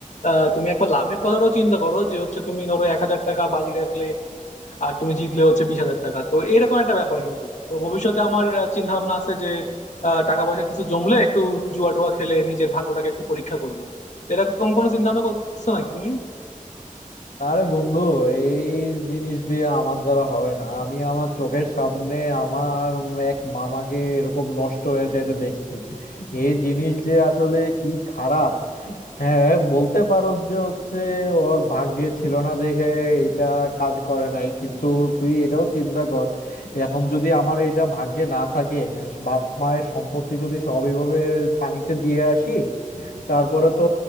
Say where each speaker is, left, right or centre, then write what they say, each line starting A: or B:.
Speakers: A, on the left; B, on the left.
A: আহ, তুমি একবার লাভের কথাটাও চিন্তা করো যে হচ্ছে তুমি ধরো এক হাজার টাকা বাজি রাখলে আর তুমি জিতলে হচ্ছে বিশ হাজার টাকা তো এরকম একটা ব্যাপার কিন্তু তো ভবিষ্যতে আমার চিন্তা ভাবনা আছে যে আহ, টাকা পয়সা কিছু জমলে একটু জুয়া টুয়া খেলে নিজের ভাগ্যটাকে একটু পরীক্ষা করবো তো এরকম কোনো চিন্তা ভাবনা করতেছো নাকি তুমি
B: আরে বন্ধু এই জিনিস দিয়ে আমার দ্বারা হবে না আমি আমার চোখের সামনে আমার এক মামাকে এরকম নষ্ট হয়ে যাইতে দেখছি এই জিনিস যে আসলে কি খারাপ হ্যাঁ বলতে পারো যে হচ্ছে ওর ভাগ্যে ছিল না দেখে এটা কাজ করে নাই কিন্তু তুই এটাও চিন্তা কর এখন যদি আমার এটা ভাগ্যে না থাকে বাপ মায়ের সম্পত্তি যদি সব এভাবে পানিতে দিয়ে আসি তারপরে তো